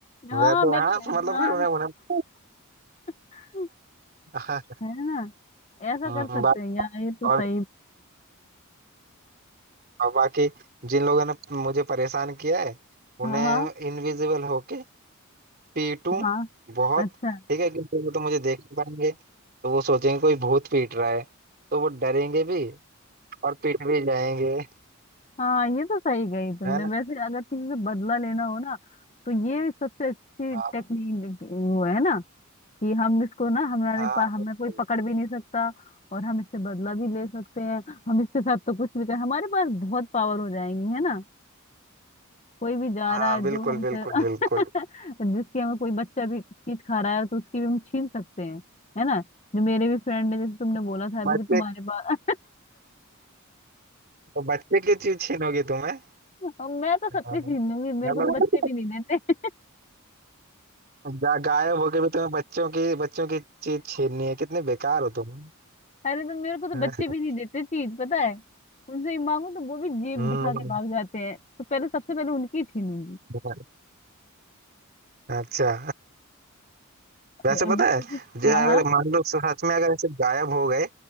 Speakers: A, on the left; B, on the right.
A: हाँ
B: वैसे
A: मैं
B: हाँ
A: भी
B: मतलब
A: हाँ
B: फिर उन्हें उन्हें
A: <laughs>
B: हाँ,
A: है ना ऐसा
B: हाँ
A: कर सकते
B: बा,
A: हैं यार ये तो
B: और,
A: सही
B: और बाकी जिन लोगों ने मुझे परेशान किया है उन्हें
A: हाँ हाँ
B: इनविजिबल होके पीटूं
A: हाँ
B: बहुत
A: अच्छा
B: ठीक है क्योंकि वो तो मुझे देख नहीं पाएंगे तो वो सोचेंगे कोई भूत पीट रहा है तो वो डरेंगे भी और पीट भी जाएंगे
A: हाँ ये तो सही गई तुमने
B: है ना
A: वैसे अगर किसी से बदला लेना हो ना तो ये सबसे अच्छी
B: हाँ
A: टेक्निक वो है ना कि हम इसको ना हमारे
B: हाँ
A: पास हमें
B: बिल्कुल
A: कोई पकड़ भी नहीं सकता और हम इससे बदला भी ले सकते हैं हम इसके साथ तो कुछ भी कर हमारे पास बहुत पावर हो जाएंगी है ना कोई भी जा
B: हाँ
A: रहा है
B: बिल्कुल
A: जो हमसे
B: बिल्कुल
A: <laughs>
B: बिल्कुल
A: जिसके हमें कोई बच्चा भी चीज खा रहा है तो उसकी भी हम छीन सकते हैं है ना जो मेरे भी फ्रेंड है जैसे तुमने बोला था अभी
B: बच्चे
A: कि तुम्हारे पास
B: तो बच्चे की चीज छीनोगी तुम्हें
A: और मैं तो सबकी
B: हाँ,
A: छीन लूंगी मेरे
B: मतलब
A: को तो बच्चे भी नहीं देते
B: गा, गायब होके भी तुम्हें बच्चों की बच्चों की चीज छीननी है कितने बेकार हो तुम
A: <laughs> अरे तो मेरे को तो
B: हाँ,
A: बच्चे भी नहीं देते चीज पता है उनसे ही मांगू तो वो भी जेब
B: हम्म
A: दिखा के भाग जाते हैं तो पहले सबसे पहले उनकी ही छीनूंगी
B: बेकार। अच्छा वैसे
A: और
B: पता
A: जो
B: है
A: कुछ भी-
B: जो
A: हाँ
B: अगर
A: हाँ
B: मान लो सच में अगर ऐसे गायब हो गए